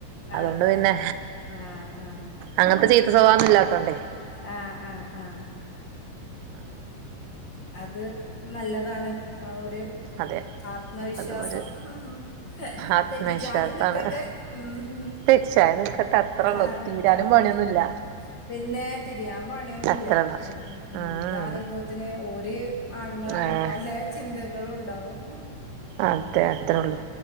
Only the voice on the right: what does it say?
ണ്ട്
അതുകൊണ്ട് പിന്നെ
അങ്ങനത്തെ ചീത്ത സ്വഭാവൊന്നും ഇല്ലാത്തോണ്ടേ
ആഹ്
അതെ
അതും ഒരു
ആത്മവിശ്വാസാണ്
തെച്ചായ നിക്കട്ടെ അത്രള്ളൂ
തീരാനും
പണിയൊന്നുല്ല
അത്രള്ള
ഉം
ഏഹ്
അതെ അത്രേ ഉള്ളൂ